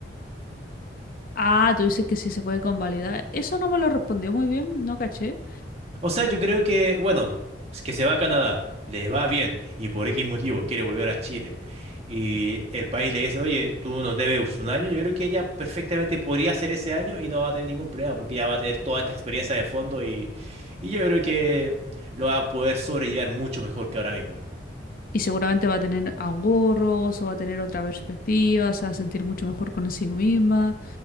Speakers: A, on the left; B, on the right.
A: Ah, tú dices que sí se puede convalidar. Eso no me lo respondió muy bien, no caché.
B: O sea, yo creo que, bueno, es que se va a Canadá, le va bien y por X motivo quiere volver a Chile y el país le dice, oye, tú nos debes un año, yo creo que ella perfectamente podría hacer ese año y no va a tener ningún problema porque ya va a tener toda esta experiencia de fondo y, y yo creo que lo va a poder sobrellevar mucho mejor que ahora mismo.
A: Y seguramente va a tener ahorros o va a tener otra perspectiva, se va a sentir mucho mejor consigo misma,